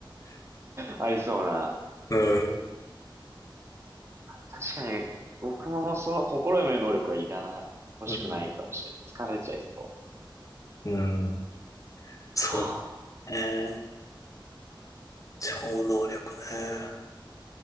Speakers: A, on the right; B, on the left.
A: ありそうな。
B: <laughs> うん、
A: 確かに、僕もその心読める能力はいらない、欲しくないかもしれない。
B: うん、
A: 疲れちゃいそう。
B: うん、そう
A: はあ
B: ね。超能力ね。